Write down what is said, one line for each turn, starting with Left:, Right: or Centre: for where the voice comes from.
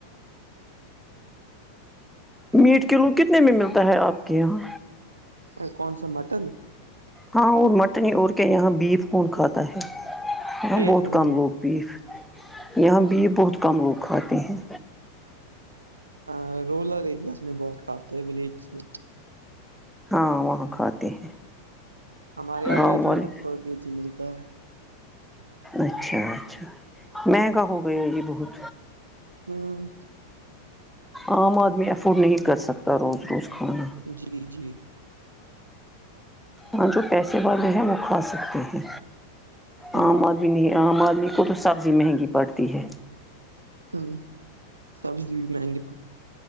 Centre: میٹ کلو کتنے میں ملتا ہے آپ کے یہاں
Right: ا کون سا مٹن
Centre: ہاں اور مٹن اور کے یہاں بیف کون کھاتا ہے یہاں
Right: ایٹ
Centre: بہت
Right: ہنڈریڈ
Centre: کم لوگ بی یہاں بھیف بہت کم لوگ کھاتے ہیں
Right: ہ رورل ایریاز میں بہت کھاتے ہیں ولیجز میں
Centre: ہاں وہاں کھاتے ہیں
Right: ہمارے یہاں
Centre: گاؤں
Right: ایٹ
Centre: والے
Right: ہنڈریڈ پر کے جی ملتا ہے
Centre: اچھا اچھا مہنگا ہو گیا ہے جی بہت
Right: ہوں
Centre: عام آدمی افورڈ نہیں کر سکتا روز روز کھانا
Right: جی جی
Centre: ہاں جو پیسے والے ہیں وہ کھا سکتے ہیں
Right: ہاں
Centre: عام آدمی نہیں عام آدمی کو تو سبزی مہنگی پڑتی ہے
Right: ہوں سبزی بھی مہنگی پک